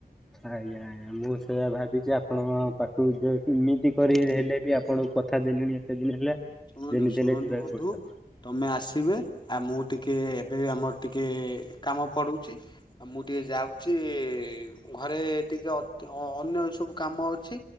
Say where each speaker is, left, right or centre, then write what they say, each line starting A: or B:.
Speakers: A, in the centre; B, on the left (about 25°).
A: ଆଜ୍ଞା ଆଜ୍ଞା ମୁଁ ସେୟା ଭାବିଛି ଆପଣ ପାଖକୁ ଯେମିତି କରି ହେଲେ ବି ଆପଣଙ୍କୁ କଥା ଦେଲିଣି ଏତେ ଦିନ ହେଲା।
B: ଶୁଣନ୍ତୁ
A: ଯେମିତି
B: ଶୁଣନ୍ତୁ
A: ହେଲେ ଯିବାକୁ
B: ବନ୍ଧୁ?
A: ପଡିବ
B: ତମେ ଆସିବେ ଆ ମୁଁ ଟିକେ ଏବେ ବି ଆମର ଟିକେ କାମ ପଡୁଚି। ଆଉ ମୁଁ ଟିକେ ଯାଉଛି ଘରେ ଟିକେ ଅନ୍ୟ ସବୁ କାମ ଅଛି।